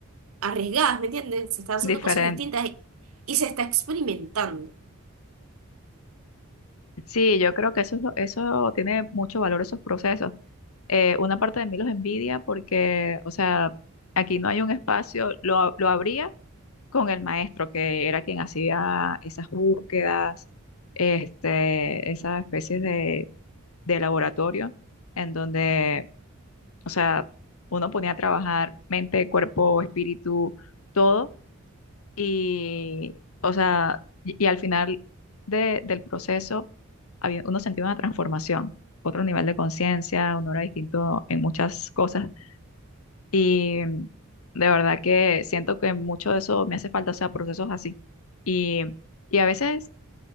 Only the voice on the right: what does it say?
arriesgadas, ¿me entiendes? Se están haciendo
cosas distintas y, y se está experimentando.